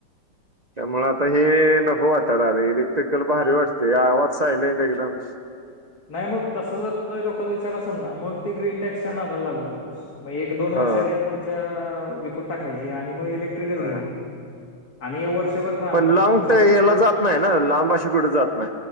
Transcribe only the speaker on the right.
त्यामुळे आता हे नको वाटालागलय इलेक्ट्रिकल भारी वाटतय आवाज सायलेंट एकदम.
हा
हा
हा
पण
लॉन्ग
तर
याला जात नाही ना, लांब अशी कुठे जात नाही,